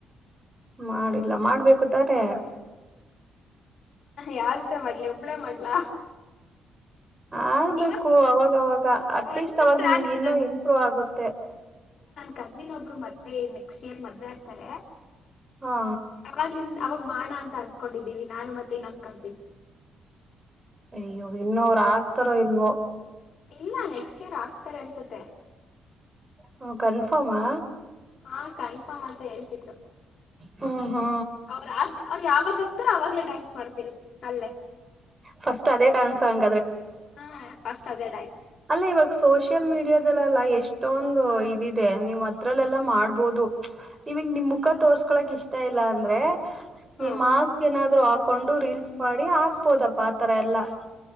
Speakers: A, on the right; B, on the left.
A: ಮಾಡಿಲ್ಲ ಮಾಡ್ಬೇಕು ತಾರೆ
B: ಯಾವ್ದ ಮಾಡ್ಲಿ ಒಬ್ಬಳೇ ಮಾಡ್ಲಾ
A: ಆಳ್ಬೇಕು
B: ಇವತ್ತು
A: ಅವಾಗವಾಗ ಅಟ್ಲೀಸ್ಟ್
B: ಒಂದು
A: ವಾಗಮಗೆ
B: ಪ್ಲಾನ್
A: ಇನ್ನೂ
B: ಇದೆ
A: ಇಂಪ್ರೂವ್ ಆಗುತ್ತೆ ಹೆ
B: ತ್ದಿನ ಒಬ್ರು ಮದ್ೆ ನೆಕ್ಸ್ಟ್ ಇಯರ್ ಮದ್ುವೆ ಆಗ್ತಾರೆ
A: ಹಾ
B: ಅವಾಗಿನ್ ಅವಾಗ ಮಾಡೋ ಅಂತ ಅನ್ಕೊಂಡಿದ್ದೀವಿ ನಾನು ಮತ್ತೆ ನಮ್ ಕಸಿನ್
A: ಅಯ್ಯೋ ಇನ್ನ ಅವರು ಆಗ್ತಾರ ಇಲ್ವೋ
B: ಇಲ್ಲ ನೆಕ್ಸ್ಟ್ ಇಯರ್ ಆಗ್ತಾರೆ ಅನ್ಸುತ್ತೆ
A: ಹ್ಮ ಕನ್ಫಾರಾಮಾ
B: ಹಾ ಕನ್ಫರ್ಮ್ ಅಂತ ಹೇಳ್ತಿದ್ರು
A: ಹ್ಮ ಹಾ
B: ಅವ್ರ ಅವ್ರ ಯಾವಾಗ ಹಕ್ತಾರ ಅವಾಗ್ಲೇ ಡ್ಯಾನ್ಸ್ ಮಾಡ್ತೀವಿ ಅಲ್ಲೇ
A: ಫಸ್ಟ್ ಅೇ ಡಾನ್ಸ್ ಆಗೆ
B: ಹ ಪಷ್ಟತಾದ ಲ
A: ಅಲ್ಲ ಇವಾಗ ಸೋಷಿಯಲ್ ಮೀಡಿಯಾದಲ್ಲಲ್ಲ ಎಷ್ಟೊಂದು ಇದಿದೆ ನೀವ್ ಅದ್ರಲ್ಲೆಲ್ಲಾ ಮಾಡ್ಬೋದು ನಿವಗ್ ನಿಮ್ ಮುಖ ತೋರ್ಸ್ಕೊಳಕ್ ಇಷ್ಟ ಇಲ್ಲ ಅಂದ್ರೆ
B: ಹಾ
A: ಈ ಮಾಸ್ಕ್ ಏನಾದ್ರು ಹಾಕೊಂಡು ರೀಲ್ಸ್ ಮಾಡಿ ಹಾಕ್ಬೋದಪ್ಪ ಆತರ ಎಲ್ಲಾ